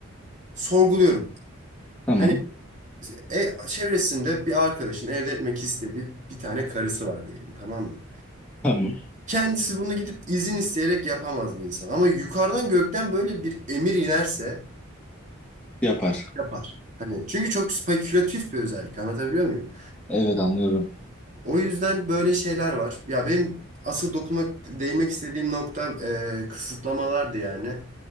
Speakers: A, on the right; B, in the centre.
A: sorguluyorum.
B: tamam
A: Hani E, çevresinde bir arkadaşın elde etmek istediği bir tane karısı var diyelim tamam mı?
B: tamam
A: Kendisi bunu gidip izin isteyerek yapamaz bir insan. Ama yukarıdan gökten böyle bir emir inerse
B: yapar.
A: yapar. Hani çünkü çok spekülatif bir özellik anlatabiliyor muyum?
B: Evet anlıyorum.
A: O yüzden böyle şeyler var. Ya benim asıl dokunmak, değinmek istediğim nokta e, kısıtlamalardı yani.